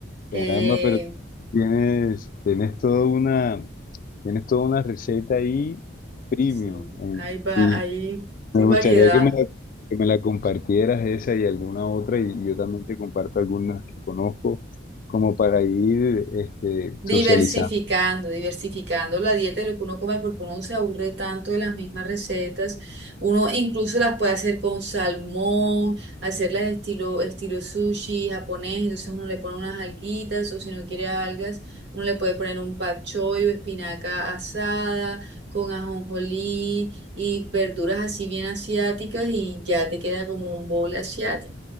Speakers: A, on the left; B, on the right.
A: Caramba,
B: Eh,
A: pero tú tienes, tienes toda una, tienes toda una receta ahí premium.
B: sí, hay, va,
A: eh,
B: hay full
A: Me gustaría
B: variedad.
A: que me la, que me la compartieras esa y alguna otra y, y yo también te comparto algunas que conozco como para ir este,
B: Diversificando,
A: socializando.
B: diversificando la dieta de lo que uno come, porque uno se aburre tanto de las mismas recetas. Uno incluso las puede hacer con salmón, hacerlas estilo, estilo sushi japonés. Entonces uno le pone unas alguitas, o si no quiere algas, uno le puede poner un pak choi, o espinaca asada con ajonjolí y verduras así bien asiáticas y ya te queda como un bowl asiático.